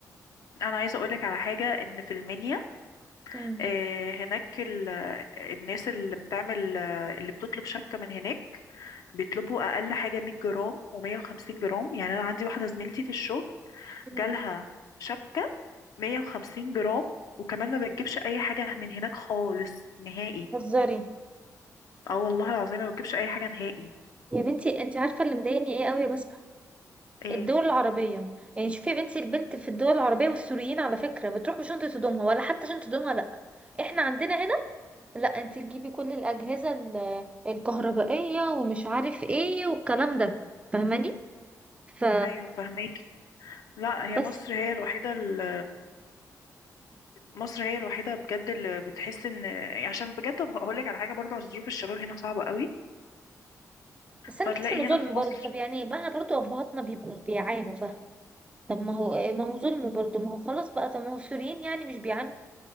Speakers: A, on the left; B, on the right.
A: أنا عايزة أقولك على حاجة إن في المنيا
B: مم،
A: آه، هناك ال- الناس اللي بتعمل آه، اللي بتطلب شبكة من هناك بيطلبوا أقل حاجة 100 جرام و150 جرام يعني أنا عندي واحدة زميلتي في الشغل
B: مم.
A: جالها شبكة 150 جرام وكمان ما بتجيبش أي حاجة من هناك خالص نهائي
B: بتهزري
A: اه والله العظيم ما بتجيبش أي حاجة نهائي
B: يا بنتي انت عارفه اللي مضايقني ايه قوي يا بسمه
A: ايه
B: الدول العربية يعني شوفي يا بنتي البنت في الدول العربية والسوريين على فكرة بتروح بشنطة هدومها ولا حتى شنطة هدومها لأ احنا عندنا هنا لأ انت تجيبي كل الأجهزة ال- الكهربائية ومش عارف ايه والكلام ده فاهماني ف
A: أيوة فهماكي لا هي
B: بس
A: مصر هي الوحيدة ال- مصر هي الوحيدة بجد اللي بتحس ان عشان بجد هقول لك على حاجة برضه عشان ظروف الشباب هنا صعبة قوي
B: بس انا
A: فتلاقي
B: بحس انه ظلم
A: هنا في مصر
B: برضه طب يعني بقى برضه ابهاتنا بيبقوا بيعانوا فاهم طب ما هو ما هو ظلم برضه ما هو خلاص بقى طب ما هو السوريين يعني مش بيعانوا